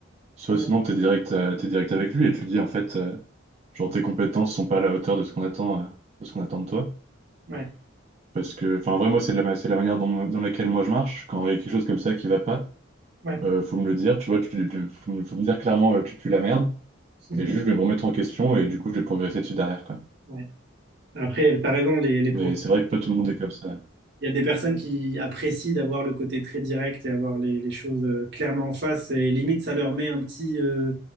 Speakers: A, on the right; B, on the right.
A: Soit
B: Ouais,
A: sinon, t'es direct, euh, t'es direct avec lui et tu dis, en fait, euh, genre, tes compétences sont pas à la hauteur de ce qu'on attend, euh, de ce qu'on attend de toi.
B: ouais,
A: Parce que, enfin, vraiment, c'est de la, ma- c'est la manière dont, dans laquelle moi je marche. Quand il y a quelque chose comme ça qui va pas,
B: ouais.
A: euh, faut me le dire, tu vois, tu, tu- faut, me faut me dire clairement, euh, tu pues la merde.
B: <laughs>
A: Et juste, je vais me remettre en question et du coup, je vais progresser dessus derrière, quoi.
B: Ouais. Après, tu as raison, les, les profils
A: Mais c'est vrai que pas tout le monde est comme ça.
B: Il y a des personnes qui apprécient d'avoir le côté très direct et avoir les, les choses euh, clairement en face et limite ça leur met un petit euh,